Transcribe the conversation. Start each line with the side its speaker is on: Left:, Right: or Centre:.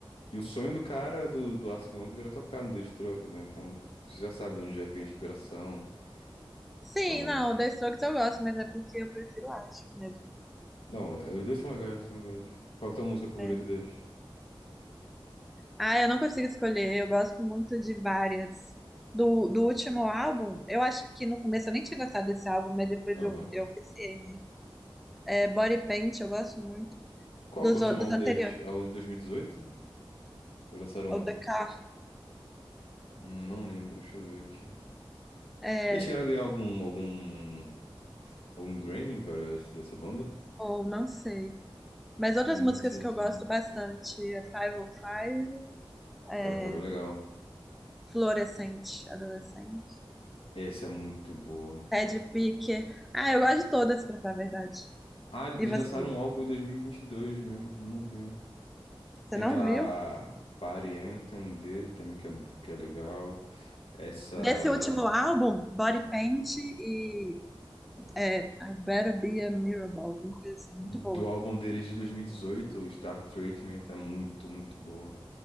Left: E o sonho do cara do, do Arctic Monkeys era tocar no Days Truckers, né? Então, você já sabe de onde é que vem a inspiração.
Centre: Sim,
Left: Então.
Centre: não, The Strokes eu gosto, mas é porque eu prefiro Arctic mesmo.
Left: Não, é, os dois são legais, são legais. Qual que é a tua música favorita
Centre: É.
Left: deles?
Centre: Ah, eu não consigo escolher, eu gosto muito de várias. Do, do último álbum, eu acho que no começo eu nem tinha gostado desse álbum, mas depois
Left: Aham.
Centre: eu, eu viciei nele. É, Body Paint, eu gosto muito.
Left: Qual
Centre: Dos,
Left: que é o último
Centre: o- dos
Left: álbum
Centre: anteriores,
Left: deles? É o de 2018? Ou lançaram
Centre: ou
Left: outro?
Centre: The Car,
Left: Hum, não lembro, deixa eu ver aqui.
Centre: é,
Left: Eles chegaram a ganhar algum, algum um Grammy, velho, esse- essa banda?
Centre: ou não sei. Mas outras
Left: Não
Centre: músicas
Left: sei
Centre: que
Left: também.
Centre: eu gosto bastante é Five oh five, é,
Left: Pega Five é legal.
Centre: Fluorescente, adolescente.
Left: Essa é muito boa.
Centre: Ted Picker. Ah, eu gosto de todas, pra falar a verdade.
Left: Ah, eles
Centre: E você?
Left: lançaram um álbum em 2022 mesmo, não vi.
Centre: Você
Left: Tem
Centre: não
Left: aquela
Centre: viu?
Left: Party Anthem dele também, que é, que é legal. Essa
Centre: Desse último álbum, Body Paint e é, I Better Be a Miracle, alguma coisa assim, muito
Left: do
Centre: boa.
Left: álbum deles de 2018, Star Treatment, é muito, muito boa.